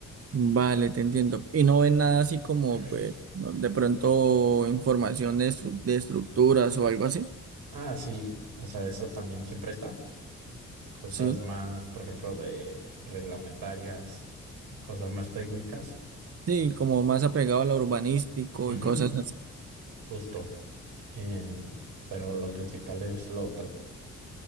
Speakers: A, on the right; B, on the right.
A: Vale, te entiendo. Y no ven nada así como,
B: <clears throat>
A: pues, no- de pronto información de, estru- de estructuras o algo así.
B: Ah, sí, o sea, eso también siempre está. Cosas
A: Sí,
B: más, por ejemplo, de reglamentarias, cosas más técnicas.
A: sí, como más apegado a lo urbanístico
B: Ujú,
A: y cosas así.
B: justo. Em, pero lo principal es lo otro.